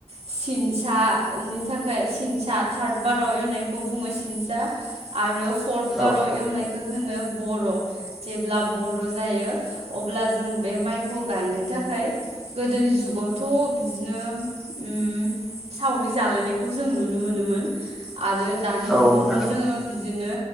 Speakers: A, on the right (about 70°); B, in the centre.
A: सिनसानि थाखाय सिनसा थार्द बाराव एवनायखौ बुंङो सि सिंसा आरो पटबाराव
B: औ
A: एवनायखो होनो बर जेब्ला बर जायो अब्ला जों बे माइखौ गाइनो थाखाय गोदोनि जुगावथ' बिदिनो ओम सावरि जालायनायखौ जों नुनो मोनोमोन। आरो दा जुगावथ
B: औ नोंथां
A: जोंङो
B: औ
A: बिदिनो।